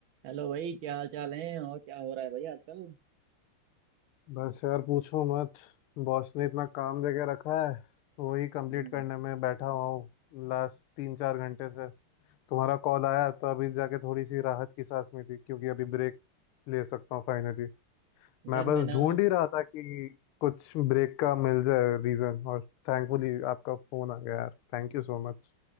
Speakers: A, on the right; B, on the left.
A: Hello भाई क्या हाल चाल है और क्या हो रहा है भाई आजकल
B: बस यार पूछो मत बॉस ने इतना काम दे के रखा है तो वही कंप्लीट
A: हम्म
B: करने में बैठा हुआ हूँ लास्ट तीन चार घंटे से तुम्हारा कॉल आया तो अभी जाके थोड़ी सी राहत की सांस में थी क्योंकि अभी ब्रेक ले सकता हूँ फाइनली मैं
A: यार
B: बस
A: मैं ना
B: ढूंढ ही रहा था कि कुछ ब्रेक का मिल जाए रीज़न और थैंकफुली आपका फ़ोन आ गया यार Thank you so much